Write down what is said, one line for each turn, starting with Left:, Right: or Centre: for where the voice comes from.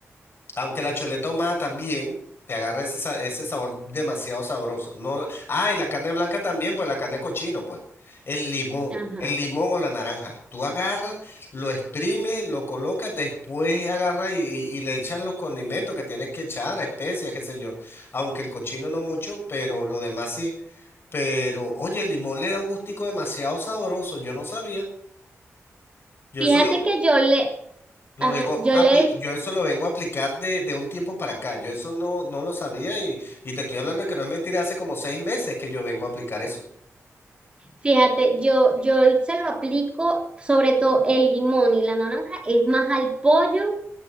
Left: Aunque la chuleta choletoma también te agarra ese, sa- ese sabor demasiado sabroso. No, la- ah, y la carne blanca también, pues la carne de cochino, pues. El limón,
Right: Ajá.
Left: el limón o la naranja. Tú agarras, lo exprimes, lo colocas, después agarras y, y- y le echas los condimentos que tienes que echar, especias, qué sé yo. Aunque el cochino no mucho, pero lo demás sí. Pero, oye, el limón le da un gustico demasiado sabroso. Yo no sabía. Yo
Right: Fíjate
Left: solo
Right: que yo le,
Left: lo
Right: ajá,
Left: vengo
Right: yo
Left: a
Right: le
Left: apli- yo eso lo vengo a aplicar de, de un tiempo para acá. Yo eso no, no lo sabía y, y te estoy hablando de que no es mentira, hace como seis meses que yo vengo a aplicar eso.
Right: Fíjate, yo, yo se lo aplico sobre todo el limón y la naranja, es más al pollo